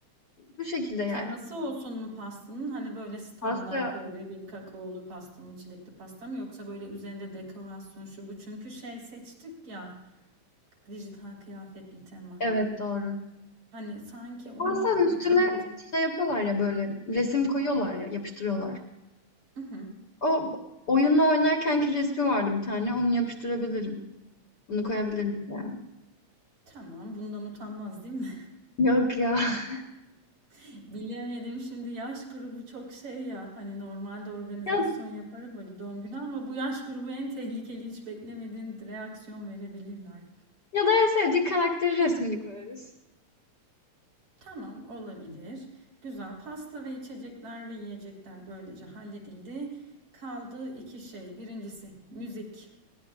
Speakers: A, on the left; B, on the right.
A: bu şekilde yani.
B: Teması olsun mu pastanın? Hani böyle standart
A: Pasta
B: böyle bir kakaolu pasta mı, çilekli pasta mı yoksa böyle üzerinde dekorasyon şu bu. Çünkü şey seçtik ya dijital kıyafetli tema.
A: evet doğru.
B: Hani sanki onu
A: Pastanın üstüne
B: bütünleyecek.
A: şey yapıyorlar ya böyle resim koyuyorlar ya yapıştırıyorlar.
B: Hı hı.
A: O oyunla oynarkenki resmi vardı bir tane onu yapıştırabilirim. Onu koyabilirim yani.
B: Tamam, bundan utanmaz değil mi?
A: Yok ya. <laughs>
B: <laughs> Bilemedim şimdi yaş grubu çok şey ya hani normalde organizasyon
A: Ya,
B: yaparım böyle doğum günü ama bu yaş grubu en tehlikeli hiç beklemediğin reaksiyon verebilirler.
A: ya da en sevdiği karakteri resmini koyarız.
B: Tamam olabilir. Güzel pasta ve içecekler ve yiyecekler böylece halledildi. Kaldı iki şey. Birincisi müzik.